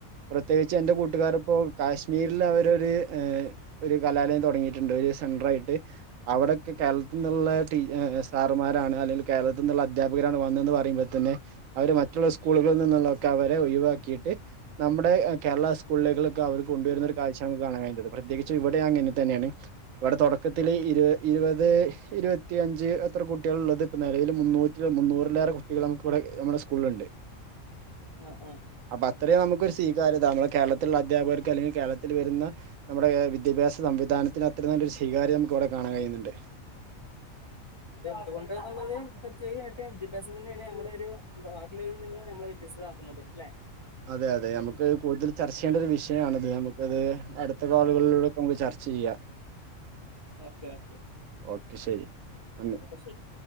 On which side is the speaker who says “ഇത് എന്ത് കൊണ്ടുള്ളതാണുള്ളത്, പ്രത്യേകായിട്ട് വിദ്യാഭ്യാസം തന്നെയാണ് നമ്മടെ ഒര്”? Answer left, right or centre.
Left